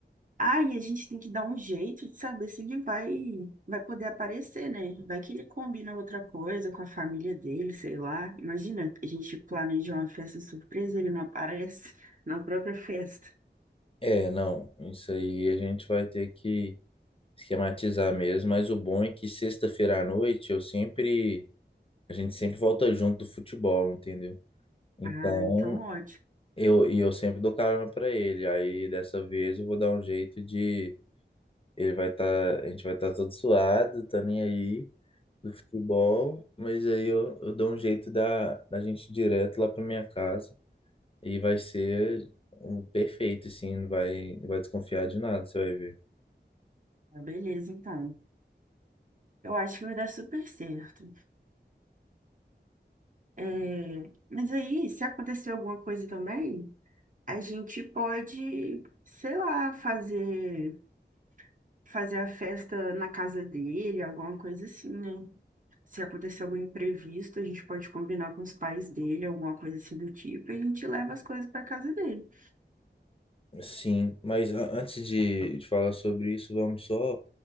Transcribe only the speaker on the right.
Ah, e a gente tem que dar um jeito de saber se ele vai, vai poder aparecer, né? Vai que ele combina outra coisa com a família dele, sei lá. Imagina, a gente planeja uma festa surpresa, ele não aparece na própria festa.
Ah, então ótimo.
Ah, Beleza, então. Eu acho que vai dar super certo. É, mas aí, se acontecer alguma coisa também, a gente pode, sei lá, fazer, fazer a festa na casa dele, alguma coisa assim, né? Se acontecer algum imprevisto, a gente pode combinar com os pais dele, alguma coisa assim do tipo, e a gente leva as coisas para casa dele.